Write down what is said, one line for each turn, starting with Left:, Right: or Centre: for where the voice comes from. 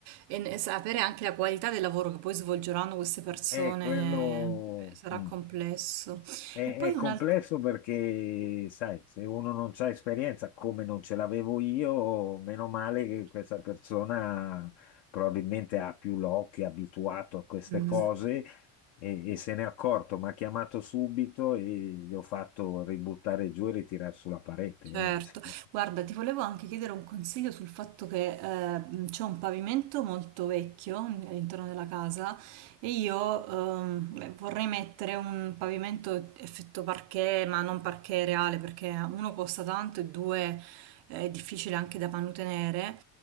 Right: e ne- sapere anche la qualità del lavoro che poi svolgeranno queste persone
Left: è, quello...
Right: eh, sarà
Left: mm,
Right: complesso.
Left: È,
Right: E poi
Left: è complesso
Right: un altro...
Left: perché, sai, se uno non c'ha esperienza, come non ce l'avevo io, meno male
Right: Certo.
Left: che questa persona probabilmente ha più l'occhio, è abituato a queste
Right: Mhm.
Left: cose
Right: Questo
Left: e, e se n'è accorto. Mi ha chiamato subito e gli ho fatto ributtare giù e ritirare sulla parete.
Right: Certo,
Left: eh. <laughs>
Right: guarda, ti volevo anche chiedere un consiglio sul fatto che eh, c'è un pavimento molto vecchio all'interno della casa e io ehm, beh, vorrei mettere un pavimento effetto parquet, ma non parquet reale perché uno costa tanto e due è difficile anche da mantenere.